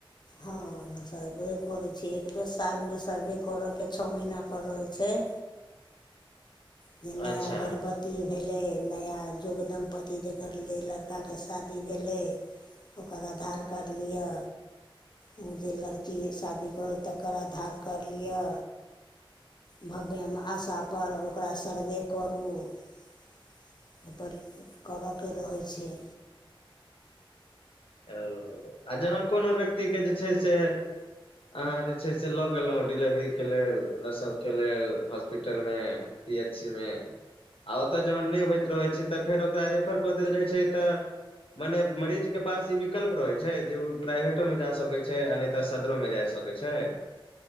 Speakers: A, on the left; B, on the left.
A: हँ सर्वे करै छिय एकबेर सालमे सर्वे करऽके छओ महीना पर रहैत छैय। जे नया
B: अच्छा
A: गर्बत ति भेलै नया योग दम्पति जकर जे लड़काके शादी भेलै। ओकर आधार कार्ड लिअ। ओ जे लड़की शादी कहै तकर आधार कार्ड लिअ। भव्यमे आशा पर ओ ओकरा सर्वे करू एहिपर करऽके रहै छैय।
B: ओ आ जहन कोनो व्यक्तिके जे छैय से अहाँ जे छै से लऽ गेलहुँ डिलेवरीके लेल प्रसवके लेल हॉस्पिटलमे पी एच सी मे आ ओतय जहन नहि होइत रहैत छैय तऽ फेर ओकरा रेफर कऽ देल जाइत छैय तऽ मने मरीज के पास ई विकल्प रहे छैय जे उ प्राइवेटो मे जा सकै छैय आ नहि तऽ सदरो में जा सकैत छैय?